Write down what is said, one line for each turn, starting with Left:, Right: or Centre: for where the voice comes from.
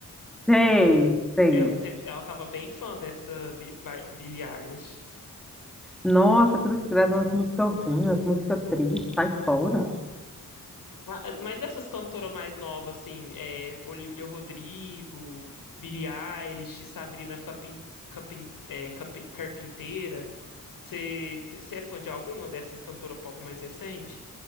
Centre: Sei, sei.
Left: Ela teve, ela tava bem fã dessa Bi- Bi- Billie Eilish.
Centre: Nossa, quando escreve umas músicas ruins, umas músicas tristes, sai fora.
Left: Ah, ah, Mas essas cantoras mais novas, assim, é, Olivia Rodrigo, Billie Eilish, Sabrina Capin, Capin, é, Capi- Carpinteira, você é fã de alguma dessas cantoras pop mais recente?